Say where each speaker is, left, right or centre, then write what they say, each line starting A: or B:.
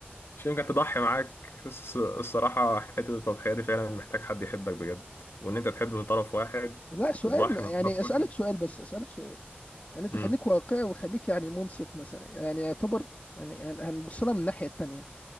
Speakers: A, on the left; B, on the left.
A: مش يمكن تضحي معاك الص- الصراحة حتة التضحية دي فعلا محتاج حد يحبك بجد وان انت تحب من طرف واحد
B: لا سؤال
A: وتضحي
B: يعني
A: من طرف
B: اسالك
A: واحد
B: سؤال بس اسالك سؤال يعني انت
A: امم
B: خليك واقعي وخليك يعني منصف مثلا يعني يعتبر يعني يعني هنبص لها من الناحيه التانيه